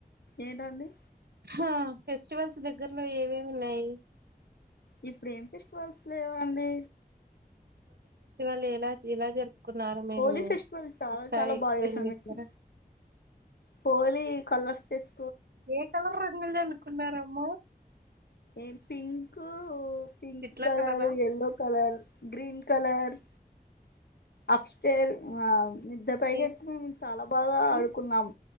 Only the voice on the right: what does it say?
ఆ ఫెస్టివల్స్ దగ్గరలో ఏవేవున్నాయి
వల్ ఎలా ఎలా జరుప్ కున్నారు మీరు
ఒకసారి
ఎక్స్ప్లెయిన్
చేస్తారా
ఏ కలర్ రంగులు జల్ కున్నారమ్మ
ఇట్ల
కలరా?
ఏ
హ్మ్